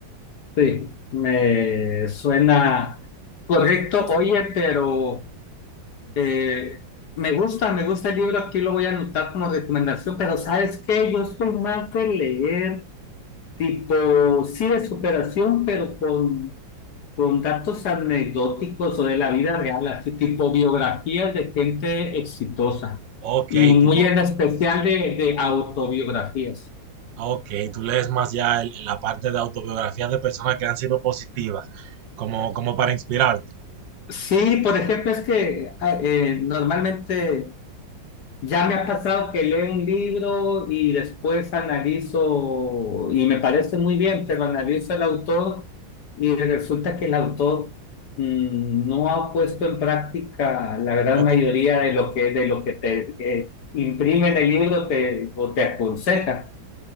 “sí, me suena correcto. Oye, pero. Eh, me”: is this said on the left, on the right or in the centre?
Left